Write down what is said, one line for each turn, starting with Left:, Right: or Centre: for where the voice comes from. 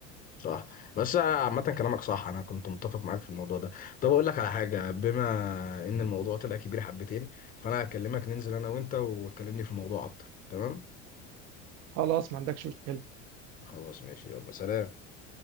Left: صح بس عامة كلامك صح أنا كنت متفق معاك في الموضوع ده طب أقول لك على حاجة بما إن الموضوع طلع كبير حبتين فأنا هكلمك ننزل أنا وأنت وتكلمني في الموضوع أكتر تمام
Right: خلاص ما عندكش مشكلة
Left: خلاص ماشي يلا سلام